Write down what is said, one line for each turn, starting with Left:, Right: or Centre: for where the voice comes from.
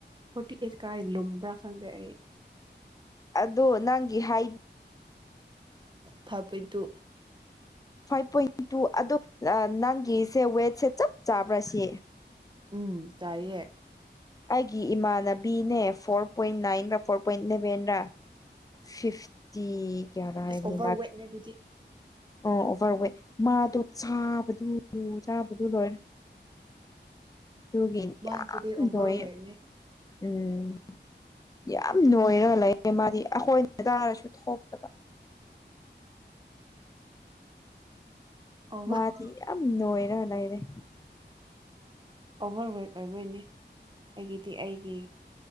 Right: ꯐꯣꯔꯇꯤ ꯑꯩꯠ ꯀꯥꯏ ꯂꯨꯝꯕ꯭ꯔꯥ ꯈꯪꯗꯦ ꯑꯩ
Left: ꯑꯗꯣ ꯅꯪꯒꯤ ꯍꯥꯏꯗꯦ
Right: ꯐꯕꯣꯏ ꯇꯨ
Left: ꯐꯥꯏꯚ ꯄꯣꯏꯟ ꯇꯨ ꯑꯗ ꯅꯪꯒꯤꯁꯦ ꯋꯦꯠꯁꯦ ꯆꯞ ꯆꯥꯕ꯭ꯔꯥ ꯁꯤ
Right: ꯎꯝ ꯇꯥꯏꯌꯦꯑꯌꯦ
Left: ꯑꯩꯒꯤ ꯏꯃꯥꯟꯅꯕꯤꯅꯦ ꯐꯣꯔ ꯄꯣꯏꯟ ꯅꯥꯏꯟꯒ ꯐꯣꯔ ꯄꯣꯏꯟ ꯏꯂꯕꯦꯟꯔ ꯐꯤꯐꯇꯤ ꯀꯌꯥꯔꯥꯦꯅꯤ
Right: ꯑꯁ ꯑꯣꯚꯔ ꯋꯦꯠꯅꯦ ꯑꯗꯨꯗꯤ
Left: ꯑꯣ ꯑꯣꯚꯔ ꯋꯦꯠ ꯃꯥꯗꯣ ꯆꯥꯕꯗꯨ ꯆꯥꯕꯗꯨ ꯂꯣꯏꯔꯦ ꯑꯗꯨꯒꯤ
Right: ꯃꯥꯒꯤꯗꯤ
Left: ꯌꯥꯝ
Right: ꯑꯣꯚꯔ
Left: ꯂꯣꯏꯌꯦ
Right: ꯋꯦꯠꯅꯦ
Left: ꯎꯝ ꯌꯥꯝ ꯅꯣꯏꯔꯒ ꯂꯩ ꯃꯥꯗꯤ ꯑꯩꯈꯣꯏ ꯍꯗꯥꯔꯁꯨ ꯊꯣꯛꯇꯕ
Right: ꯑꯣꯚꯔ
Left: ꯃꯥꯗꯤ ꯌꯥꯝ ꯅꯣꯏꯔ ꯂꯩꯥꯏꯔꯦ
Right: ꯑꯣꯚꯔ ꯋꯦꯠ ꯑꯣꯏꯕꯣꯏꯅꯦ ꯑꯩꯒꯤꯗꯤ ꯑꯩꯒꯤ